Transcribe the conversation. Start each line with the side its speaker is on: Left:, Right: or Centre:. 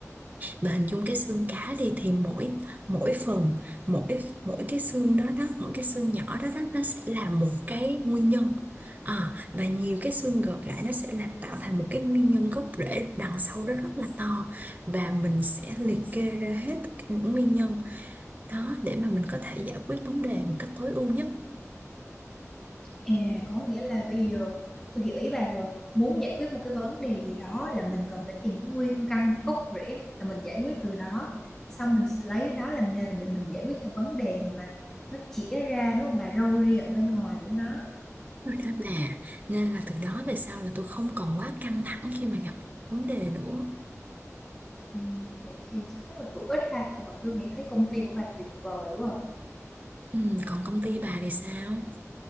Right: bà hình dung cái xương cá đi thì mỗi mỗi phần, mỗi mỗi cái xương đó đó, mỗi cái xương nhỏ đó đó nó sẽ là một cái nguyên nhân. À, và nhiều cái xương gộp lại nó sẽ làm tạo thành một cái nguyên nhân gốc rễ đằng sau đó rất là to và mình sẽ liệt kê ra hết tất cả những nguyên nhân đó để mà mình có thể giải quyết vấn đề một cách tối ưu nhất
Left: À, có nghĩa là bây giờ tôi hiểu ý bà rồi. Muốn giải quyết một cái vấn đề gì đó là mình cần phải tìm cái nguyên căn gốc rễ là mình giải quyết từ đó, xong mình sẽ lấy đó làm nền để mình giải quyết những vấn đề mà nó chĩa ra, đúng không bà? Râu ria ở bên ngoài của nó.
Right: rồi đó bà nên là từ đó về sau là tôi không còn quá căng thẳng khi mà gặp vấn đề nữa
Left: Ừm, vậy thì rất là hữu ích ha. Trời ơi, tôi nghĩ thấy công ty của bà tuyệt vời quá à.
Right: Ừ, còn công ty bà thì sao?